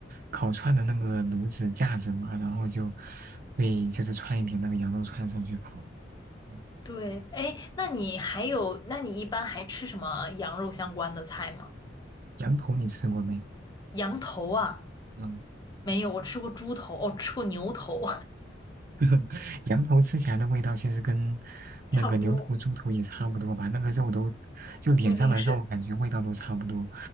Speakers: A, on the right; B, on the left.
A: 烤串的那个炉子架子嘛，然后就会就是串一点那个羊肉串上去烤。嗯
B: 对，哎，那你还有，那你一般还吃什么羊肉相关的菜吗？
A: 羊头你吃过没？
B: 羊头啊，
A: 嗯，
B: 没有，我吃过猪头，哦，吃过牛头，
A: <laughs> 羊头吃起来的味道其实跟
B: <laughs>
A: 那个牛头、
B: 差不多，
A: 猪头也差不多吧，那个肉都就脸上的肉感觉味道都差不多，
B: 估计是，